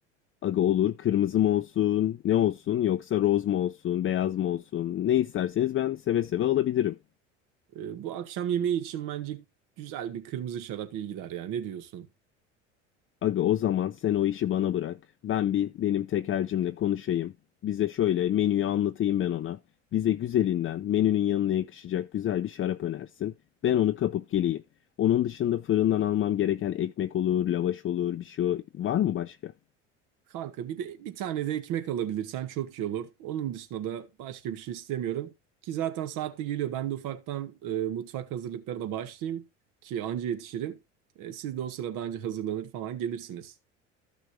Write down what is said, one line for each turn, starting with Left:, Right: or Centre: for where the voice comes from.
Left: Aga olur kırmızı mı olsun ne olsun yoksa roz mu olsun beyaz mı olsun ne isterseniz ben seve seve alabilirim.
Right: Ee, bu akşam yemeği için bence güzel bir kırmızı şarap iyi gider ya. Ne diyorsun?
Left: Aga o zaman sen o işi bana bırak. Ben bir benim tekelcimle konuşayım. Bize şöyle menüyü anlatayım ben ona. Bize güzelinden menünün yanına yakışacak güzel bir şarap önersin. Ben onu kapıp geleyim. Onun dışında fırından almam gereken ekmek olur, lavaş olur, bir şey o- var mı başka?
Right: Kanka bir de bir tane de ekmek alabilirsen çok iyi olur. Onun dışında da başka bir şey istemiyorum. Ki zaten saatli geliyor. Ben de ufaktan e, mutfak hazırlıklarına başlayayım ki anca yetişirim. E, siz de o sırada anca hazırlanır falan gelirsiniz.